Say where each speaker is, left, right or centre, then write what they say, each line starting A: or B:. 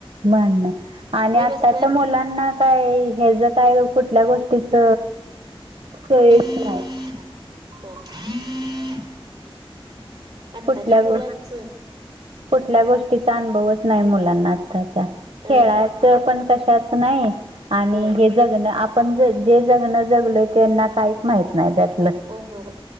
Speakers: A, on the right; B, on the right.
A: भांडण आणि
B: मी
A: आत्ताच्या
B: बसणार
A: मुलांना काय हे ज काय कुठल्या गोष्टीच सोयच
B: ह
A: नाही.
B: <unintelligible> आत्ताच्या
A: कुठल्या
B: पोलांचं
A: गो कुठल्या गोष्टीचा अनुभवच नाही मुलांना आताच्या.
B: अ
A: खेळाच
B: ह
A: पण कशाच नाही. आणि
B: ह
A: हे जगण आपण ज जे जगण जगलोय त्यांना काहीच माहित नाही त्यात.
B: अहह